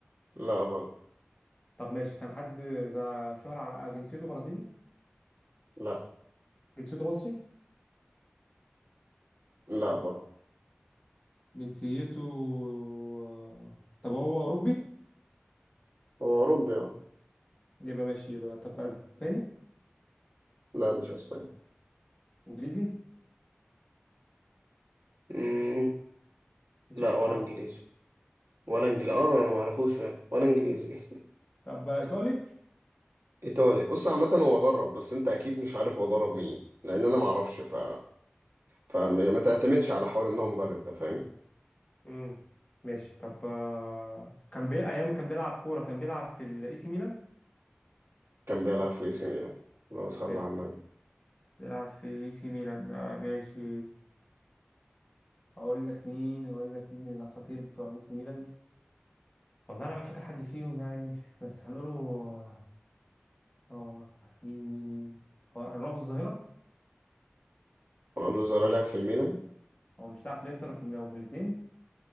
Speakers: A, on the right; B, on the left.
A: لا برضه
B: طب ماشي كان حد ذا شهرة على جنسيته برازيلي
A: لا
B: جنسيته مصري
A: لا برضه
B: جنسيته آه، طب هو أوروبي
A: هو أوروبي أه
B: يبقى ماشي يبقى طب أسباني
A: لا مش أسباني
B: إنجليزي
A: مم.
B: مش
A: لا
B: عارف-
A: ولا
B: مش عارفه
A: إنجليزي ولا إنجليزي أه أنا معرفوش فعلا ولا إنجليزي
B: طب إيطالي
A: <laughs> إيطالي بص عامة هو ضرب بس أنت أكيد مش عارف هو ضرب مين لأن أنا معرفش ف... فما ما تعتمدش على حوار إن هو مدرب ده فاهم
B: امم ماشي طب آه، كان بي... أيام ما كان بيلعب كورة كان بيلعب في الإي سي ميلان
A: كان بيلعب في إي سي ميلان اللهم صل
B: حلو
A: على النبي
B: بيلعب في إي سي ميلان آه ماشي أقول لك مين أقول لك مين الأساطير بتوع إي سي ميلان والله أنا ما فاكر حد فيهم يعني بس هنقوله آه مين مين مين هو رونالدو الظاهرة
A: رونالدو الظاهرة لعب في الميلان
B: هو مش لاعب في الإنتر وفي الميلان وفي الاتنين